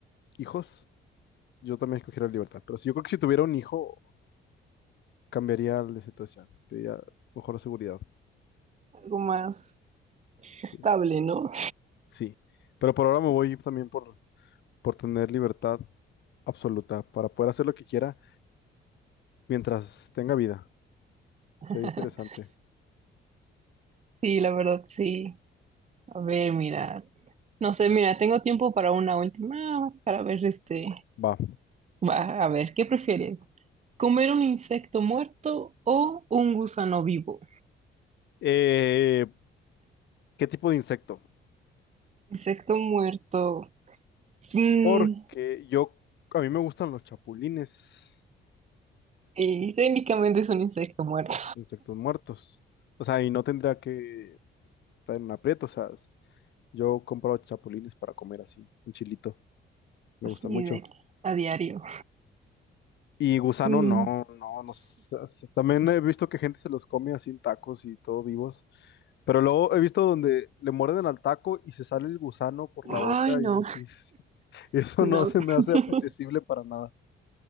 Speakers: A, on the left; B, on the right.
A: hijos, yo también escogiera la libertad. Pero si yo creo que si tuviera un hijo, cambiaría la situación, pediría mejor seguridad.
B: Algo más
A: Sí,
B: estable, ¿no?
A: sí. Pero por ahora me voy también por, por tener libertad absoluta para poder hacer lo que quiera mientras tenga vida.
B: <laughs>
A: Sería interesante.
B: Sí, la verdad, sí. A ver, mira, no sé, mira, tengo tiempo para una última, para ver este,
A: Va.
B: Va, a ver, ¿qué prefieres? ¿Comer un insecto muerto o un gusano vivo?
A: Eh, ¿qué tipo de insecto?
B: Insecto muerto. Mm,
A: Porque yo, a mí me gustan los chapulines,
B: sí, técnicamente es un insecto muerto.
A: los insectos muertos. O sea, y no tendría que estar en un aprieto. O sea, yo compro chapulines para comer así, un chilito. Me
B: Así
A: gusta mucho.
B: de a diario.
A: Y gusano,
B: Mm,
A: no, no, no. sé, s- También he visto que gente se los come así en tacos y todo vivos. Pero luego he visto donde le muerden al taco y se sale el gusano por
B: ay,
A: la boca
B: no,
A: y, es- <laughs> eso
B: no.
A: no se me hace
B: <laughs>
A: apetecible para nada.